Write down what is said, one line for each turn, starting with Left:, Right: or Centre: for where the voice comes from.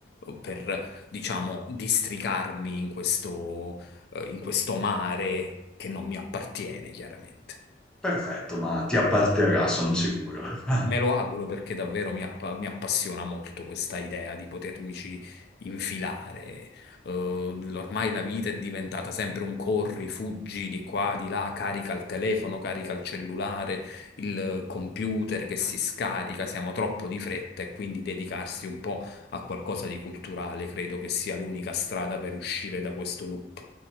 Left: eh, per, diciamo, districarmi in questo, eh, in questo mare che non mi appartiene, chiaramente.
Centre: Perfetto, ma ti apparterà, sono sicuro. <laughs>
Left: Me lo auguro perché davvero mi, app- mi appassiona molto questa idea di potermici infilare. Eh, ormai la vita è diventata sempre un corri, fuggi di qua, di là, carica il telefono, carica il cellulare, il computer che si scarica, siamo troppo di fretta e quindi dedicarsi un po' a qualcosa di culturale credo che sia l'unica strada per uscire da questo loop.